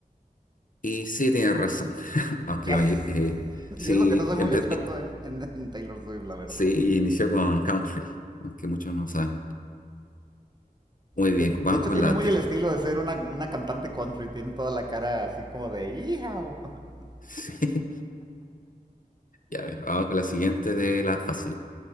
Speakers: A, on the left; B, on the right.
A: Y sí tiene razón, <laughs> aunque
B: ¡Yes!
A: la may- eh,
B: <laughs>
A: sí,
B: Y eso que no soy muy
A: empe-
B: experto
A: eh,
B: en, en- en Taylor Swift, la verdad.
A: sí inició con country, aunque muchos no saben. Muy bien,
B: De,
A: vamos
B: de hecho,
A: con
B: tiene
A: la...
B: muy
A: ter-
B: el estilo
A: <laughs>
B: de ser una, una cantante country. Tiene toda la cara así como de ¡Hijao! <laughs>
A: Sí, ya ver, vamos con la siguiente de la fácil.